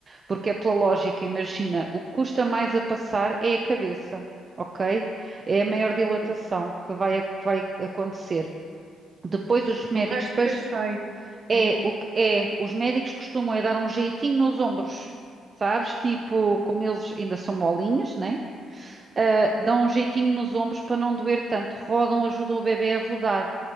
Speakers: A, on the right; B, on the right.
A: Porque é pela lógica, imagina, o que custa mais a passar é a cabeça, ok? É
B: Hum,
A: a maior dilatação
B: ok.
A: que vai, vai acontecer. Depois os médicos,
B: O resto
A: depois.
B: depois sai.
A: É,
B: É isso?
A: o que é, os médicos costumam é dar um jeitinho nos ombros, sabes? Tipo, como eles ainda são molinhos, né? Ah, dão um jeitinho nos ombros para não doer tanto. Rodam, ajudam o bebê a rodar,